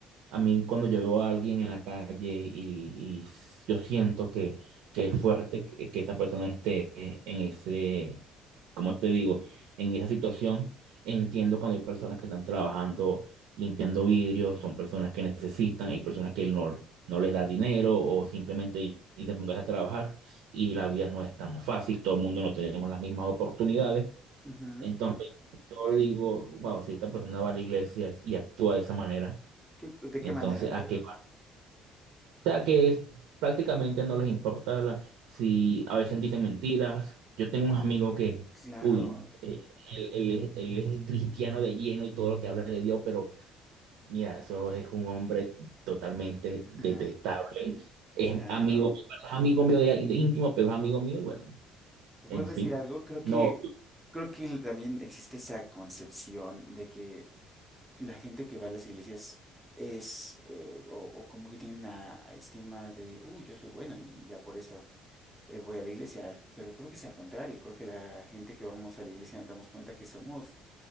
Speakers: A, on the right; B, in the centre.
A: a mí cuando yo veo a alguien en la calle y, y yo siento que, que es fuerte que, que esa persona esté en ese, ¿cómo te digo? En esa situación, entiendo cuando hay personas que están trabajando limpiando vidrios, son personas que necesitan, hay personas que no, no les da dinero o simplemente dicen póngase a trabajar y la vida no es tan fácil, todo el mundo no tenemos las mismas oportunidades.
B: ujú.
A: Entonces yo digo, wow, si esta persona va a la iglesia y actúa de esa manera,
B: ¿Qué- de
A: entonces
B: qué manera,
A: ¿a
B: perdón?
A: qué? O sea que prácticamente no les importa la- si a veces dicen mentiras. Yo tengo un amigo que,
B: Claro,
A: uy, eh, él, él es, él es cristiano de lleno y todo lo que habla es de Dios, pero mira, eso es un hombre totalmente
B: <laughs>
A: detestable. Es
B: claro.
A: amigo, bueno, es amigo mío de, de íntimo, pero es amigo mío, y bueno,
B: ¿Te
A: en
B: puedo
A: fin.
B: decir algo? Creo que,
A: No,
B: creo que también existe esa concepción de que la gente que va a las iglesias es, eh, o, o como que tiene una estima de, uy, yo soy bueno y ya por eso eh, voy a la iglesia, al- pero creo que es al contrario, creo que la gente que vamos a la iglesia nos damos cuenta que somos